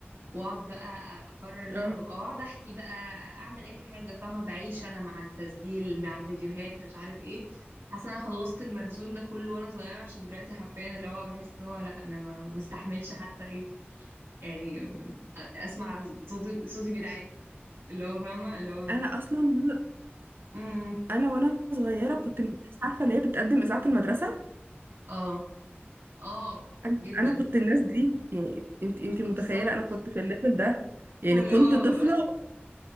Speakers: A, on the right; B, on the right.
A: واقعد بقى اقرر ان
B: اه
A: انا بقى اقعد احكي بقى اعمل اي حاجه فاهمه بعيش انا مع التسجيل مع فيديوهات مش عارف ايه حاسه انا خلصت المخزون ده كله وانا صغيره عشان دلوقتي حرفيا اللي هو بحس ان هو لا انا ما بستحملش حتى ايه يعني اسمع صوتي صوتي بيتعاد اللي هو فاهمه اللي هو
B: انا اصلا وانا-
A: امم
B: انا وانا صغيره كنت من الناس عارفه اللي هي بتقدم اذاعه المدرسه
A: اه اه
B: انا
A: جدا
B: أنا كنت الناس دي يعني انت انت متخيله
A: بالظبط
B: انا كنت في الليفل ده يعني
A: واللي
B: كنت
A: هو
B: طفله